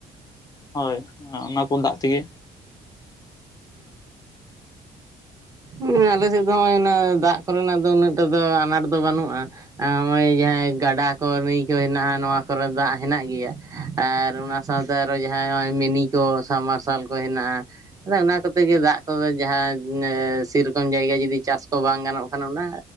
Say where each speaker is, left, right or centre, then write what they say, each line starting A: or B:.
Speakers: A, on the left (about 25°); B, on the right (about 25°).
A: ᱦᱚᱭ ᱚᱱᱟ ᱯᱳᱞ ᱫᱟᱜ ᱛᱮᱜᱤ᱾
B: ᱚᱸᱻ᱾ ᱦᱩᱸ ᱟᱞᱮ ᱥᱮᱜ ᱫᱚ ᱦᱚᱸᱜ-ᱚᱸᱭ ᱚᱱᱟ ᱫᱟᱜ ᱠᱚᱨᱮ ᱱᱟᱜ ᱫᱚ ᱩᱱᱟᱹᱜ ᱴᱟ ᱫᱚ ᱟᱱᱟᱴ ᱫᱚ ᱵᱟᱱᱩᱜ-ᱟ᱾ ᱟᱸ ᱦᱚᱸᱜ-ᱚᱸᱭ ᱡᱟᱦᱟᱸᱭ ᱜᱟᱰᱟ ᱠᱚ ᱱᱟᱹᱭ ᱠᱚ ᱦᱮᱱᱟᱜ-ᱟ᱾ᱱᱚᱣᱟ ᱠᱚᱨᱮ ᱫᱟᱜ ᱦᱮᱱᱟᱜ ᱜᱮᱭᱟ᱾ ᱟᱨ ᱚᱱᱟ ᱥᱟᱶᱛᱮ ᱟᱨᱚ ᱡᱟᱦᱟᱸᱭ ᱦᱚᱸᱜ-ᱚᱭ ᱢᱤᱱᱤ ᱠᱚ ᱥᱟᱵᱽᱢᱟᱨᱥᱟᱞ ᱠᱚ ᱦᱮᱱᱟᱜ-ᱟ᱾ ᱟᱫᱚ ᱚᱱᱟ ᱠᱚᱛᱮ ᱜᱮ ᱫᱟᱜ ᱠᱚᱫᱚ ᱡᱟᱦᱟᱸ ᱮ ᱥᱤ ᱨᱚᱠᱚᱢ ᱡᱟᱭᱜᱟ ᱡᱫᱤ ᱪᱟᱥ ᱠᱚ ᱵᱟᱝ ᱜᱟᱱᱚᱜ ᱠᱟᱱᱟ ᱚᱱᱟ᱾